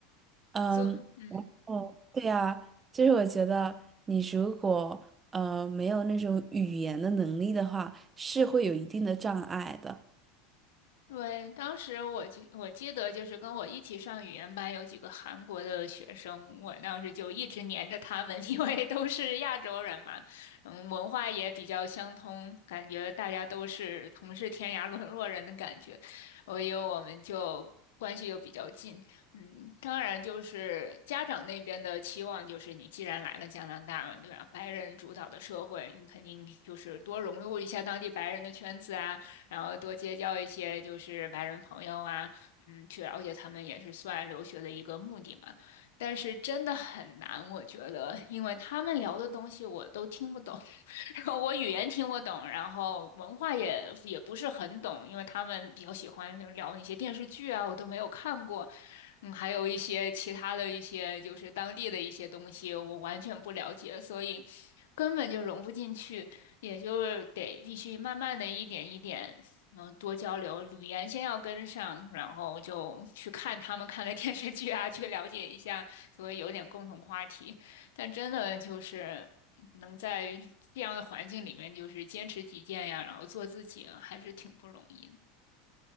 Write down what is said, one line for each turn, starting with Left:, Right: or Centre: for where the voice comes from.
Right: 嗯，
Left: 所、嗯。
Right: 哦，对呀，就是我觉得你如果呃没有那种语言的能力的话，是会有一定的障碍的。
Left: 对，当时我记我记得就是跟我一起上语言班有几个韩国的学生，我当时就一直黏着他们，<laughs> 因为都是亚洲人嘛，嗯，文化也比较相通，感觉大家都是同是天涯沦落人的感觉，所以我们就关系又比较近，嗯，当然就是家长那边的期望就是你既然来了加拿大了，对吧？白人主导的社会，你肯定就是多融入一下当地白人的圈子啊。然后多结交一些就是白人朋友啊，嗯，去了解他们也是算留学的一个目的嘛。但是真的很难，我觉得，因为他们聊的东西我都听不懂。然后我语言听不懂，然后文化也也不是很懂，因为他们比较喜欢就聊一些电视剧啊，我都没有看过，嗯，还有一些其他的一些就是当地的一些东西，我完全不了解，所以根本就融不进去，也就是得必须慢慢的一点一点，嗯，多交流，语言先要跟上，然后就去看他们看的电视剧啊，去了解一下，所以有点共同话题。但真的就是能在这样的环境里面，就是坚持己见呀，然后做自己啊还是挺不容易的。